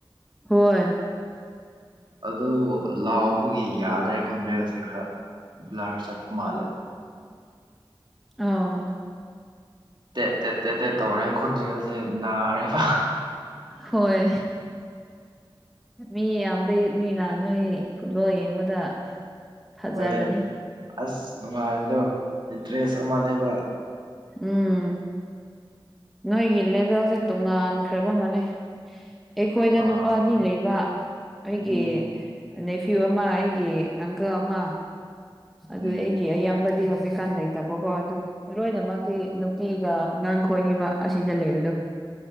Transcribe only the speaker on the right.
ꯑꯗꯨ ꯂꯥꯎꯕꯒꯤ ꯌꯥꯗ꯭ꯔꯦ ꯈꯣꯟꯖꯦꯜꯁꯦ ꯈꯔ ꯕ꯭ꯂꯔ ꯆꯥꯠꯄ ꯃꯥꯜꯂꯦ
ꯇꯦꯠ ꯇꯦꯠ ꯇꯦꯠ ꯇꯧꯔꯦ ꯈꯣꯟꯖꯦꯜꯁꯦ ꯅꯥꯔꯦꯕ
ꯍꯣꯏ ꯑꯁ ꯅꯨꯡꯉꯥꯏꯕꯗꯣ ꯏꯟꯇꯔꯦꯁ ꯑꯃꯅꯦꯕ
ꯑꯥ
ꯎꯝ
ꯎꯝ